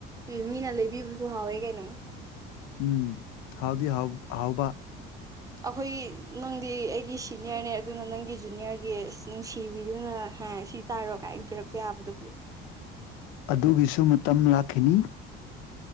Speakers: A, on the right (about 15°); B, on the left (about 85°).
A: ꯃꯤꯅ ꯂꯩꯕꯤꯕ ꯑꯗꯨ ꯍꯥꯎꯋꯦꯒꯦꯅꯨ
B: ꯎꯝ ꯍꯥꯎꯗꯤ ꯍꯥꯎ ꯑꯍꯥꯎꯕ
A: ꯑꯩꯈꯣꯏꯒꯤ ꯅꯪꯗꯤ ꯑꯩꯒꯤ ꯁꯤꯅꯤꯌꯔꯅꯦ ꯑꯗꯨꯅ ꯅꯪꯒꯤ ꯖꯨꯅꯤꯌꯔꯒꯤ ꯅꯨꯡꯁꯤꯕꯤꯗꯨꯅ ꯁꯤ ꯇꯥꯔꯣꯒ ꯍꯥꯏꯕꯤꯔꯛ ꯄ ꯌꯥꯕꯗꯨꯕꯨꯣ
B: ꯑꯗꯨꯒꯤꯁꯨ ꯃꯇꯝ ꯂꯥꯛꯈꯤꯅꯤ